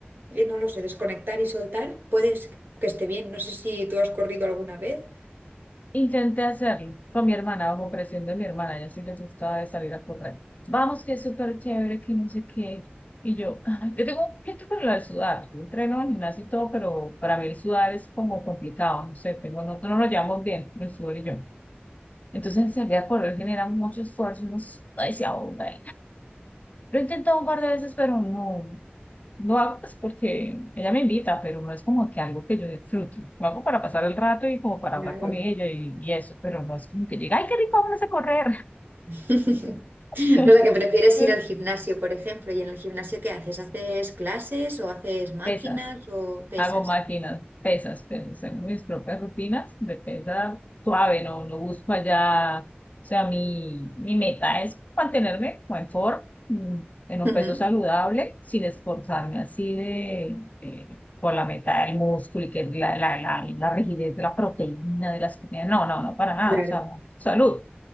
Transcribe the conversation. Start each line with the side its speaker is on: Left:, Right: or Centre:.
Right: eh, no lo sé, desconectar y soltar, puedes que esté bien. No sé si tú has corrido alguna vez.
Left: Intenté hacerlo con mi hermana, bajo presión de mi hermana, ella sí le gustaba de salir a correr. Vamos, que es súper chévere, que no sé qué. Y yo, "Ah, yo tengo un pleito con lo de sudar. Yo entreno en gimnasio y todo, pero para mí el sudar es como complicado, no sé, tengo, no, no nos llevamos bien, el sudor y yo. Entonces salir a correr genera mucho esfuerzo, uno suda y se ahoga. Lo he intentado un par de veces, pero no, lo hago pues porque ella me invita, pero no es como que algo que yo disfrute. Lo hago para pasar el rato y como para
Right: Claro.
Left: hablar con ella y, y eso, pero no es como que llega, ay, qué rico, vamos a correr.
Right: <laughs>
Left: <laughs>
Right: O sea, que prefieres
Left: Entonces,
Right: ir al gimnasio, por ejemplo, y en el gimnasio ¿qué haces? ¿Haces clases o haces máquinas
Left: esas.
Right: o pesas?
Left: hago máquinas, pesas, pero según mis propias rutinas de pesa suave, no, no busco allá, o sea, mi, mi meta es mantenerme como en forma, mm, en
Right: <laughs>
Left: un
Right: Ujú.
Left: peso saludable, sin esforzarme así de, eh, por la meta del músculo y que la, la, la, la rigidez de la proteína, de las comidas, no, no, no, para nada,
Right: Claro.
Left: o sea, salud,